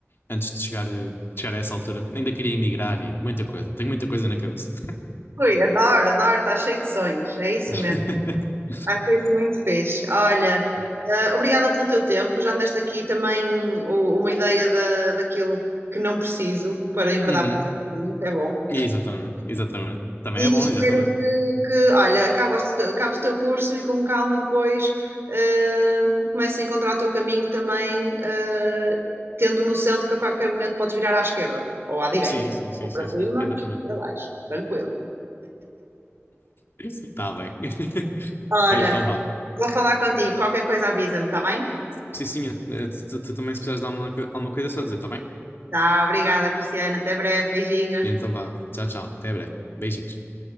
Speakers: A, on the left (about 55°); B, on the right (about 60°).
A: antes de chegar, a, chegar a essa altura. Ainda queria emigrar e muita coisa. Tenho muita coisa na cabeça.
B: Ui, adoro, adoro, está cheio de sonhos, é isso
A: <laughs>
B: mesmo. Acho isso muito fixe. Olha,
A: Yeah.
B: eh, obrigada pelo teu tempo, já me deste aqui também o- uma ideia da daquilo que não preciso para enverdar
A: Uhum.
B: para esse caminho, que é bom.
A: Exatamente, exatamente. Também
B: E
A: é bom,
B: espero
A: exatamente.
B: que, que, olha, acaba o teu, acaba o teu curso e com calma depois hum, comeces a encontrar o teu caminho também, eh, tendo noção de que a qualquer momento podes virar à esquerda ou à direita,
A: Sim, sim, sim,
B: ou para
A: sim,
B: cima,
A: sim, exatamente.
B: ou para baixo, tranquilo.
A: Está bem. <laughs>
B: Olha,
A: Então vá.
B: vou falar contigo, qualquer coisa avisa-me, está bem?
A: Sim, sim, eh, tu, tu- tu também se precisares de alguma, co- alguma coisa, é só dizer, tá bem?
B: Tá, obrigada, Cristiana, até breve, beijinhos.
A: Então vá. Tchau, tchau. Até breve. Beijinhos.